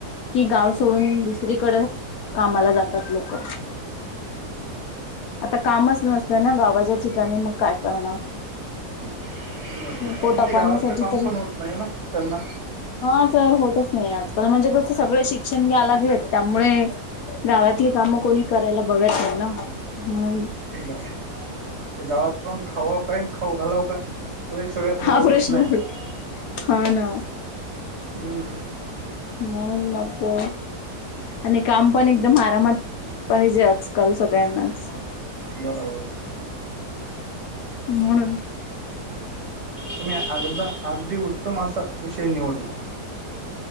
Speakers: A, on the left; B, on the right.
A: कि गाव सोडून दुसरीकडे कामाला जातात. लोक आता कामचं नसत ना गावाच्या ठिकाणी मग काय करणार
B: बरं
A: पोटा
B: आणि ते
A: पाण्यासाठी
B: गावातलं काम
A: तरी
B: पण होत. नाही ना त्यांना
A: हा सर होतचं नाही आजकाल म्हणजे कसं सगळे शिक्षण घ्याला लागलेत त्यामुळे गावातली कामे कोणी करायला बघत नाही ना म्हणून,
B: बरं ते गावात खावा काय खाऊ घालावं काय तो एक सगळ्यात मोठा
A: हा
B: प्रश्न आहे
A: पुढे हा ना
B: हम्म,
A: मन मग् आणि काम पण एकदम, आरामात पाहिजे आजकाल सगळ्यांनाचं
B: बरोबर.
A: म्हणून
B: तुम्ही अगदा अगदी उत्तम असं विषयी निवडला